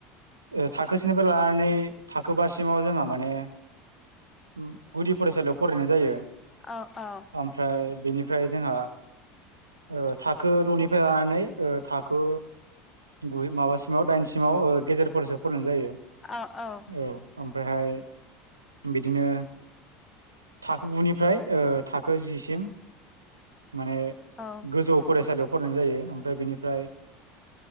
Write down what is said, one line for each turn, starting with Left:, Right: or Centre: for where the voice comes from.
Right: ओ थाखोसेनिफ्राय लानानै थाखोबासिमाव जोंहा माने उम गुदि फरायसालियाव फरायनाय जायो।
Left: औ औ
Right: ओमफ्राय बेनिफ्राय जोंहा ओ थाखो द'निफ्राय लानानै ओ थाखो गु माबासिमाव दाइनसिमाव ओ गेजेर फरायसाआव फरायनाय जायो।
Left: औ औ
Right: औ ओमफ्रायहाय बिदिनो थाखो गुनिफ्राय ओ थाखो जिसिम माने
Left: औ
Right: गोजौ फरायसालियाव फरायनाय जायो ओमफ्राय बेनिफ्राय